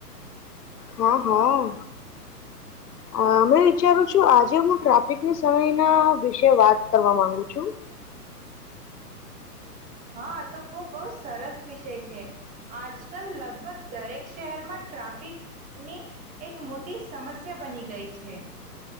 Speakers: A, on the left; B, on the right.
A: હા હા
B: <unintelligible>
A: હમે વિચારું છું આજે હું ટ્રાફિકની સમયના વિશે વાત કરવા માંગુ છું
B: હા તો ખુબ બહુ સરસ વિષય છે આજકાલ લગભગ દરેક શહેરમાં ટ્રાફિકની એક મોટી સમસ્યા બની ગઈ છે,